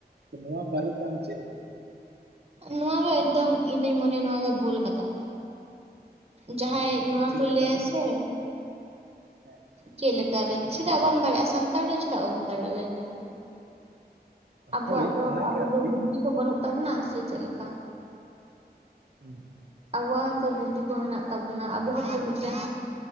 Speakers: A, on the right; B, on the right.
A: ᱛᱚ ᱱᱚᱣᱟ ᱵᱟᱨᱮ ᱛᱮ ᱟᱢ ᱪᱮᱫ ᱮᱢ ᱞᱟᱹᱭᱟ?
B: ᱱᱚᱣᱟ ᱫᱚ ᱮᱠᱫᱚᱢ ᱤᱧ ᱫᱩᱧ ᱢᱚᱱᱮᱭᱟ ᱱᱚᱣᱟ ᱫᱚ ᱵᱷᱩᱞ ᱠᱟᱛᱷᱟ ᱠᱟᱱᱟ ᱾ ᱡᱟᱦᱟᱸᱭ
A: ᱟᱪᱪᱷᱟ
B: ᱱᱚᱶᱟ
A: ᱪᱮᱫ
B: ᱠᱚ
A: ᱞᱮᱠᱟᱨᱮ
B: ᱞᱟᱹᱭᱟ ᱥᱮ
A: ᱦᱮᱸ ᱾
B: ᱪᱮᱫ ᱞᱮᱠᱟ ᱨᱮ ᱪᱮᱫᱟᱜ ᱵᱟᱢ ᱫᱟᱲᱮᱭᱟᱜᱼᱟ ᱥᱟᱱᱛᱟᱲ ᱫᱚ ᱪᱮᱫᱟᱜ ᱵᱟᱵᱚᱱ ᱫᱟᱲᱮᱭᱟᱜᱼᱟ ᱞᱟᱹᱭ ᱢᱮ ᱟᱢ ᱜᱮ? ᱟᱵᱚᱣᱟᱜ
A: ᱦᱳᱭ
B: ᱫᱚ
A: ᱚᱱᱟᱜᱮ
B: ᱟᱵᱩ
A: ᱟᱨᱠᱤ
B: ᱫᱚ ᱵᱩᱫᱽᱫᱷᱤ ᱠᱚ ᱵᱟᱹᱱᱩᱜ ᱛᱟᱵᱚᱱᱟ ᱥᱮ ᱪᱮᱫᱞᱮᱠᱟ?
A: ᱦᱩᱸ ᱦᱩᱸ ᱾
B: ᱟᱵᱚᱣᱟᱜ ᱦᱚᱸᱛᱚ ᱵᱩᱫᱽᱫᱷᱤ ᱠᱚ ᱦᱮᱱᱟᱜ ᱛᱟᱵᱚᱱᱟ, ᱟᱵᱚ ᱦᱚᱸᱛᱚ ᱢᱤᱫᱴᱮᱱ